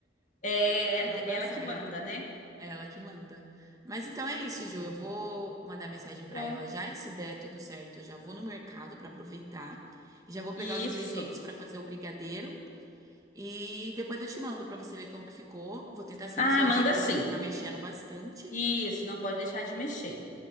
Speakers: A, on the left; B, on the right.
A: É
B: <laughs> Não
A: de-
B: dá
A: ela
B: certo.
A: que manda, né?
B: É ela que manda. Mas então é isso, Ju. Eu vou mandar mensagem pra
A: Bom,
B: ela já e se der tudo certo, eu já vou no mercado pra aproveitar e já vou pegar
A: isso.
B: os ingredientes pra fazer o brigadeiro e depois eu te mando pra você ver como que ficou. Vou tentar seguir
A: Ah,
B: sua
A: manda
B: dica,
A: sim.
B: né, de ficar mexendo bastante.
A: Isso, não pode deixar de mexer.